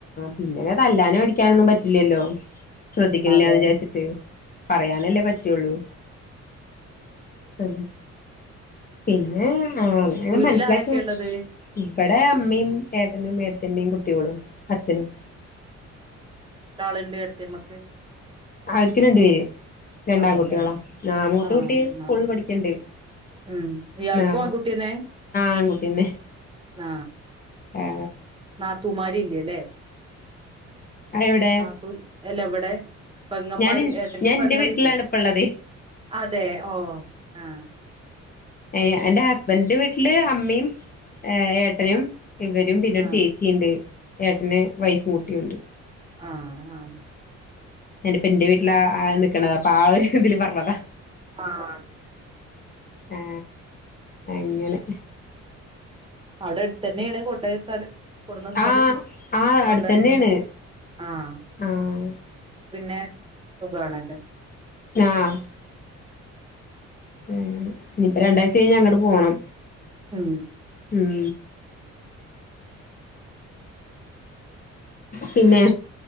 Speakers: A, on the left (about 30°); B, on the right (about 15°).
A: പിനെ തല്ലാനും അടി ക്കാനൊന്നും പറ്റില്ലല്ലോ ശ്രദ്ധിക്കില്ല്യാന്ന്
B: ഉം അതെ
A: വിജാരിച്ചിട്ട് പറയാനല്ലേ പറ്റൊള്ളൂ ഹ പിന്നെ ആഹ അവര്
B: വീട്ടിൽ
A: മനസ്സിലാക്കി
B: ആരൊക്കെ
A: മനസ്സ്
B: ഇള്ളത്
A: പട് ടെ അമ്മേം ഏട്ടനും ഏട്ടത്തിയമ്മേം കുട്ട്യോളും അച്ഛനും
B: ടാളിന്റെ അടുത്തമ്മക്ക്
A: അവർക്ക് രണ്ടപേര് രണ്ടാംകുട്ടികളാ
B: അതെല്ലേ
A: ആ് മൂത്ത
B: ആഹ്
A: കുട്ടി സ്കൂളിൽ
B: ന്നാ
A: പഠിക്കണ്ട്
B: ഉം ഇയാൾക്കും
A: ആ
B: ആൺകുട്ടിയന്നെ?
A: ആൻകുട്ടിന്നെ
B: ആ
A: ആ
B: നാത്തൂമാരി ഇല്ലേല്ല്യ
A: എവിടെ
B: നാത്തൂൻ എല്ല ഇവിടെ പെങ്ങമാര്
A: ഞാൻ
B: ഏട്ടന്
A: ഞാൻ
B: പെങ്ങള
A: എന്റെ വീട്ടിലാണ്
B: ഇല്ലേ
A: ഇപ്പ ഉള്ളത്
B: അതെ ഓ ആ
A: ഏ എൻ്റെ ഹസ്ബൻഡന്റെ വീട്ടില് അമ്മയും ഏട്ടനും ഇവരും പിന്നീട്
B: ആഹ്
A: ചേച്ചിയുണ്ട് ഏട്ടന് വൈഫും കുട്ടിയുണ്ട്
B: ആഹ ആഹ
A: ഞാനിപ്പോ എന്റെ വീട്ടില നിക്കണത് അപ്പൊ ആ ഒരു ഇന്തതില് പറഞ്ഞത
B: ആഹ
A: ആ അങ്ങനെ
B: അവിടെ അടുത്ത് തന്നെയാണ് കൊണ്ടായ സ്ഥലം കൊടുന്ന സ്ഥലം
A: ആഹ ആ
B: കൊണ്ടേ
A: അടുത്തന്നെയാണ്
B: ആഹ്
A: ആഹ
B: പിന്നെ സുഖാണല്ലോ
A: ആഹ ആ ഇനിയിപ്പ രണ്ടാഴ്ച കഴിഞ്ഞാ അങ്ങോട്ട് പോണം
B: മം
A: ഉം പിന്നെ